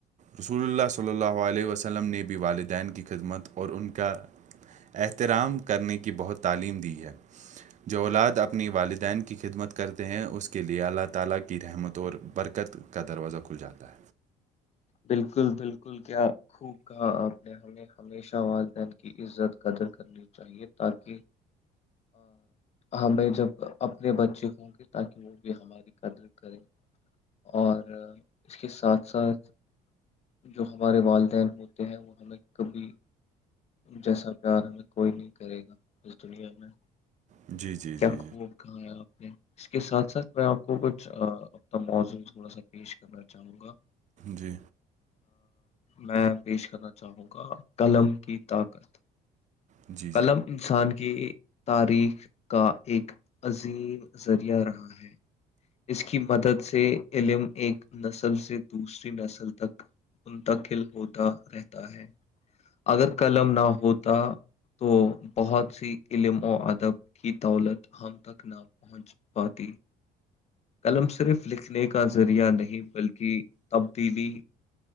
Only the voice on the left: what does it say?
بالکل بالکل کیا خوب کہا آپ نے ہم نے ہمیشہ والدین کی عزت قدر کرنی چاہیے تاکہ ہمیں جب اپنے بچے ہوں گے تاکہ وہ بھی ہمارے قدر کریں اور اس کے ساتھ ساتھ جو ہمارے والدین ہوتے ہیں وہ ہمیں کبھی جیسا پیار ہمیں کوئی نہیں کرے گا اس دنیا میں
کیا
خوب کہایا آپ نے اس کے ساتھ ساتھ میں آپ کو کو کچھ اپنا موضو تھوڑا سا پیش کرنا چاہوں گا
میں پیش کرنا چاہوں گا قلم کی طاقت
کلم انسان کی تاریخ کا ایک عظیم ذریعہ رہا ہے اس کی مدد سے علم ایک نسل سے دوسری نسل تک منتقل ہوتا رہتا ہے اگر قلم نہ ہوتا تو بہت سی علم و ادب کی دولت ہم تک نہ پہنچ پاتی قلم صرف لکھنے کا ذریعہ نہیں بلکہ تبدیلی